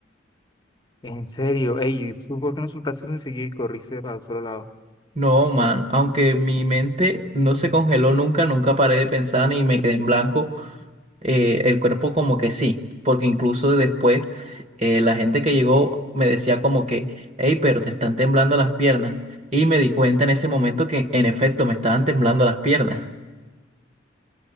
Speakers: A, on the left; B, on the right.
A: En serio, ey, ¿y tú por qué no soltaste enseguida y corriste para otro lado?
B: No, man, aunque mi mente no se congeló nunca, nunca paré de pensar ni me quedé en blanco. eh, el cuerpo como que sí, porque incluso después eh, la gente que llegó me decía como que, hey, pero te están temblando las piernas. Y me di cuenta en ese momento que en efecto me estaban temblando las piernas.